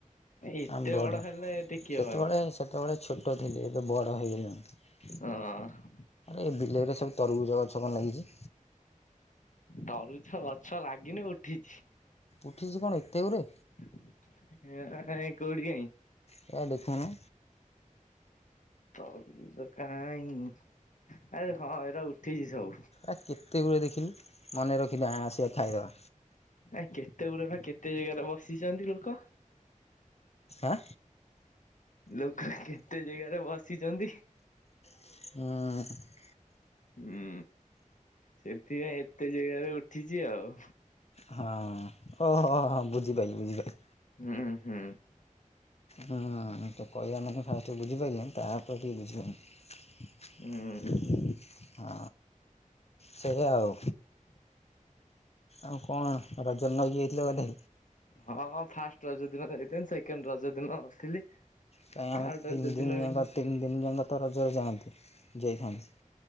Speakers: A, on the left; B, on the left.
A: ଏତେ
B: ଆମ ବଡ଼
A: ବଡ ହେଲେ ଟିକେ କିଏ
B: ସେତେବେଳେ
A: ବଲେ
B: ସେତେବେଳେ ଛୋଟ ଥିଲ ଏବେ ବଡ଼ ହେଇଗଲାଣି।
A: ହଁ।
B: ଏଇ ବିଲେଇରେ ସବୁ ତରଗୁଜ ଗଛ କଣ ଲାଗିଛି?
A: ତରୁଭୁଜ ଗଛ ଲାଗିନି ଉଠିଛି।
B: ଉଠିଛି କଣ ଏତେ ଗୁରେ।
A: <unintelligible> କୋଉଠି କାଇଁ?
B: କାଇଁ ଦେଖନୁ।
A: ତରଭୁଜ କାହିଁ। ଆରେ ହଁ ଏରା ଉଠିଛି ସବୁ।
B: ଆ କେତେ ଗୁରେ ଦେଖିଲୁ ମନେ ରଖିଥା ଆସିଆ ଖାଇଦେବା।
A: ଆ କେତେ ଗୁରେ ବା କେତେ ଜାଗାରେ ବସିଛନ୍ତି ଲୋକ।
B: ଆଁ
A: ଲୋକ କେତେ ଜାଗାରେ ବସିଛନ୍ତି?
B: ହୁଁ।
A: ହୁଁ ସେଥିପାଇଁ ଏତେ ଜାଗାରେ ଉଠିଛି ଆଉ।
B: ହଁ ଓହୋ ହଁ ବୁଝି ପାଇଲି ବୁଝି ପାଇଲି।
A: ହୁଁ ହୁଁ।
B: ହୁଁ କହିବା ମାନେ ଫାଷ୍ଟ ବୁଝି ପାଇଲିନି ତାପରେ ଟିକେ ବୁଝିଗଲି।
A: ହୁଁ।
B: ଆ ସେଇୟା ଆଉ। ଆଉ କଣ <unintelligible> ଯାଇଥିଲେ ବୋଧେ?
A: ହଁ ହଁ ଫାଷ୍ଟ ରଜ ଦିନ <unintelligible> ସେକେଣ୍ଡ ରଜ ଦିନ ନଥିଲି।
B: କାହିଁ ଆମେ
A: ଥାର୍ଡ
B: ତିନି
A: ରଜ
B: ଦିନ
A: ବି
B: ଯାକ ତିନି ଦିନ ଯାକ ତ ରଜରେ ଯାଆନ୍ତି ଯାଇଥାନ୍ତୁ।